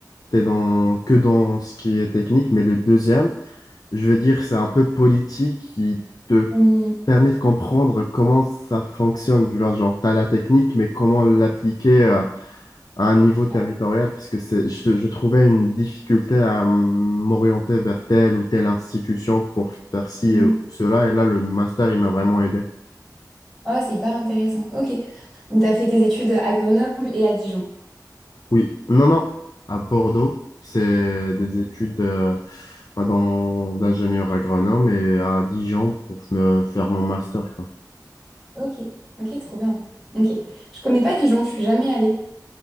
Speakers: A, on the left; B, in the centre.
A: t'es dans, que dans ce qui est technique, mais le deuxième, je veux dire, c'est un peu politique qui te
B: mm.
A: permet de comprendre comment ça fonctionne. Tu vois, genre, tu as la technique, mais comment l'appliquer euh, à un niveau territorial,
B: Ah,
A: parce que c'est, je, je trouvais une difficulté à mm, m'orienter vers telle ou telle institution pour faire ci
B: mm.
A: ou cela, et là, le master, il m'a vraiment aidé.
B: Oh, c'est hyper intéressant. Ok. Donc, tu as fait tes études à Grenoble et à Dijon.
A: Oui, non, non, à Bordeaux, c'est des études euh, bah, dans- d'ingénieur agronome et à Dijon pour me faire mon master, quoi.
B: Ok, ok, trop bien. Ok. Je connais pas Dijon, je suis jamais allée.